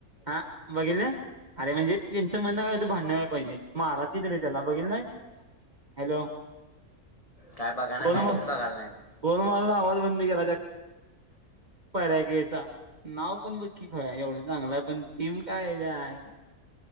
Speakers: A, on the right (about 30°); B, on the left (about 25°).
A: हा बघीतल अरे, म्हणजे त्यांचं म्हण भांडण होयला पाहिजे मारलीत त्याला बघितलं. हॅलो
B: काय बघा नाय,
A: गोल
B: मॅचचं
A: म
B: बघायला नाहीत.
A: गोल मारून आवाज बंद केला त्या <unintelligible> पण बघ की, खुळ्या एवढं चांगलं आहे. पण टीम काय हेच्या आयला